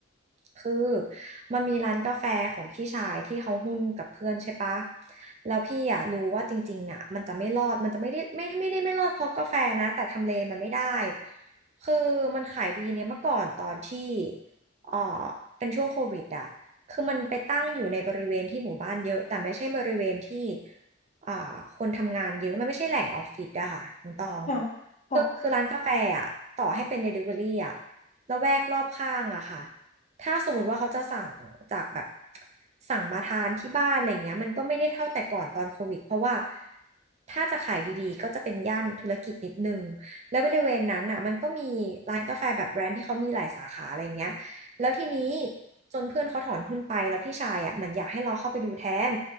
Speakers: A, on the right; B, on the left.
A: คือ มันมีร้านกาแฟของพี่ชายที่เขาหุ้นกับเพื่อนใช่ปะแล้วพี่อ่ะรู้ว่าจริงๆอ่ะมันจะไม่รอดมันจะไม่ได้ไม่ไม่ได้ไม่รอดเพราะกาแฟนะแต่ทำเลมันไม่ได้คือมันขายดีเนี่ยเมื่อก่อนตอนที่เอ่อเป็นช่วงโควิดอ่ะคือมันไปตั้งอยู่ในบริเวณที่หมู่บ้านเยอะแต่ไม่ใช่บริเวณที่อ่าคนทำงานเยอะมันไม่ใช่แหล่งออฟฟิศอะค่ะน้องตอง
B: ค่ะค่ะ
A: คือคือร้านกาแฟอะต่อให้เป็น Delivery อะละแวกรอบข้างอะค่ะ ถ้าสมมติว่าเขาจะสั่งจากแบบสั่งมาทานที่บ้านอะไรเงี้ยมันก็ไม่ได้เท่าแต่ก่อนตอนโควิดเพราะว่าถ้าจะขายดีๆก็จะเป็นย่านธุรกิจนิดนึงแล้วบริเวณนั้นน่ะมันก็มีร้านกาแฟแบบแบรนด์ที่เขามีหลายสาขาอะไรเงี้ยแล้วทีนี้จนเพื่อนเขาถอนหุ้นไปแล้วพี่ชายอ่ะเหมือนอยากให้เราเข้าไปดูแทน